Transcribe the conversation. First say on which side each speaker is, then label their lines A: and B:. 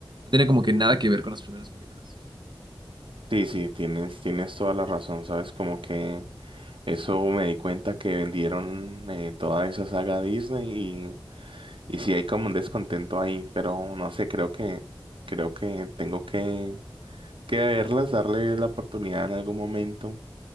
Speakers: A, on the right; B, on the right.
A: no tenía como que nada que ver con las primeras películas.
B: Sí, sí, tienes, tienes toda la razón, ¿sabes? Como que eso me di cuenta que vendieron eh, toda esa saga a Disney y, y sí hay como un descontento ahí, pero no sé, creo que, creo que tengo que, que verlas, darle la oportunidad en algún momento,